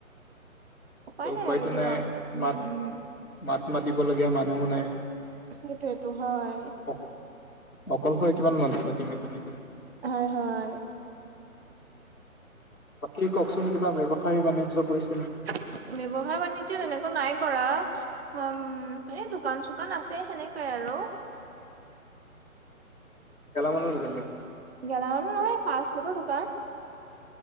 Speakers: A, on the right (about 45°); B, on the left (about 80°).
A: উপায়
B: এ উপায়তো
A: আৰু দিয়ক।
B: নাই,
A: উম,
B: মাত
A: উম,
B: মাত মাতিবলগীয়া মানুহো নাই।
A: সেইটোৱেটো হয়।
B: অ-অকলশৰে কিমান মানুহ মাতিবা তুমি?
A: হয়, হয়।
B: বাকী কওকচোন কিবা ব্যয়ৱসায়ী বাণিজ্য কৰিছে নেকি?
A: ব্যৱসায় বাণিজ্য তেনেকৈ নাই কৰা। উম, এনে দোকান-চোকান আছে সেনেকাই আৰু।
B: গেলামালৰ দোকান নেকি?
A: গেলা মালৰ নহয় ফাষ্ট ফুডৰ দোকান।